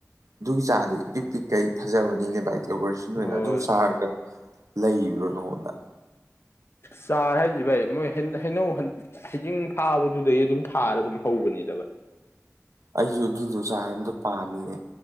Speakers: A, on the right; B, on the left.
A: ꯑꯗꯨ ꯆꯥꯔꯗꯨ ꯏꯄꯤꯛ ꯄꯤꯛꯈꯩ ꯐꯖꯕꯅꯤꯅꯦ ꯚꯥꯏ <unintelligible>
B: ꯍꯣꯏ
A: ꯑꯗꯨ ꯆꯥꯔꯒ ꯂꯩꯔꯤꯔꯣ ꯅꯪꯉꯣꯟꯗ
B: ꯆꯥꯔ ꯍꯥꯏꯁꯤ ꯚꯥꯏ ꯃꯣꯏ ꯍꯩꯅꯧ ꯍꯩꯖꯤꯡ ꯐꯥꯕꯗꯨꯗꯒꯤ ꯑꯗꯨꯝ ꯊꯥꯔ ꯑꯗꯨꯝ ꯍꯧꯕꯅꯤꯗ ꯚꯥꯏ
A: ꯑꯩꯖꯨ ꯑꯗꯨꯗꯣ ꯆꯥꯔ ꯑꯝꯇ ꯄꯥꯝꯃꯤꯅꯦ